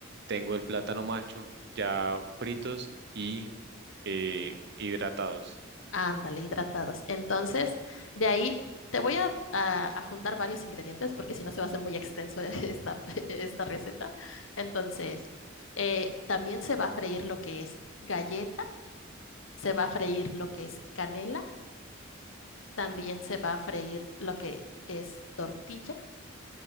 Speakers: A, on the right (about 55°); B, on the left (about 70°).
A: tengo el plátano macho ya fritos y eh, hidratados.
B: Ándale, hidratadas. Entonces, de ahí te voy a, a- a juntar varios ingredientes porque si no se va a hacer muy extenso <laughs> esta, esta receta. Entonces, eh, también se va a freír lo que es galleta, se va a freír lo que es canela, también se va a freír lo que es tortilla